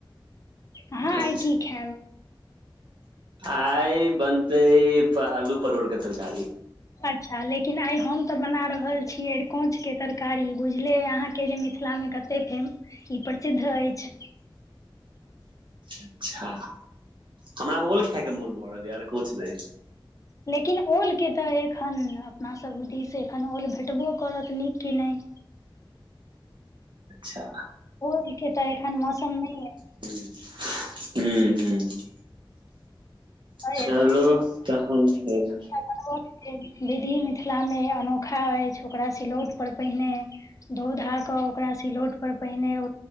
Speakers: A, on the left; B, on the right.
A: अहा आइ
B: अच्छा
A: की खायब
B: आइ बनते आलू प परोड़के तरकारी
A: अच्छा लेकिन आइ हम तऽ बना रहल छी अरिकोंच के तरकारी बुझले अहाँ के जे मिथिलामे कते फेम ई प्रसिद्ध अछि
B: अच्छा हमरा ओल खाायके मोन भऽ रहल य आरकोच ने
A: लेकिन ओलके तऽ एखन अपनासभ दिसँ एखन ओल भेटबो करत नीक कि नइ
B: अच्छा
A: ओल के तऽ एखन मौसम नहि हय
B: ह हू
A: अइ
B: चलू तहन फेर
A: सब के विधि मिथिला मे अनोखा अछि ओकरा सिलौट पर पहिने धो धा कऽ ओकरा सिलौट पर पहिने ओ